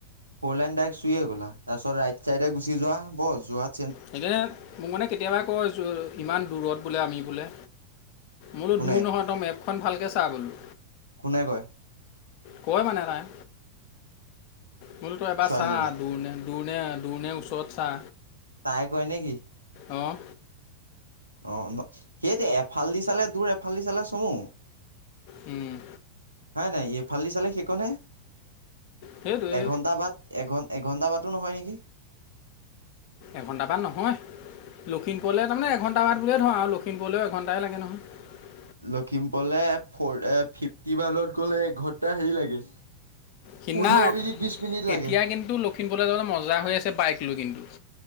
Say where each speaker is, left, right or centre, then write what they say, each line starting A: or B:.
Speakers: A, on the right (about 80°); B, on the left (about 45°).
A: ফ'লাইন ডাইক চুইয় গলা তাৰপিছত ৰাইট চাইডে গুচি যোৱা বছ যোৱাত
B: সেইটোয়ে মোক মানে কেতিয়াবা কয় ইমান দূৰত বোলে আমি বোলে বোলো
A: কোনে
B: দূৰ নহয় তই এপখন ভালকৈ চা বোলো।
A: কোনে কয়?
B: কয় মানে এটাই বোলো তো এবাৰ
A: ছোৱালীজনীয়ে
B: চা দূৰণে, দূৰণে দূৰ নে ওচৰ চা
A: তাই কয় নেকি?
B: অঁ
A: অ সেইটোয়ে এফাল দি চালে দূৰ এফাল দি চালে চমু
B: উম
A: হয় নাই এইফালদি চালে সেইকনে
B: সেইটোৱে
A: এঘন্টা বাদ এঘ এঘন্টা বাদ ন হয় নেকি।
B: এঘন্টা বাট নহয় ।লখিমপুৰলৈ তাৰমানে এঘন্টা মান বুলিয়ে ধৰ আৰু লক্ষিমপুৰও এঘণ্টাই লাগে নহয়।
A: লখিমপুৰলে ফ এ ফিফটি ওৱানত গ'লে এঘণ্টা হেৰি লাগে
B: সিনা
A: পোন্ধৰ মিনিট বিশ মিনিট লাগে
B: এতিয়া কিন্তু লখিমপুৰলৈ যাবলৈ মজা হৈ আছে বাইক লৈ কিন্তু <unintelligible>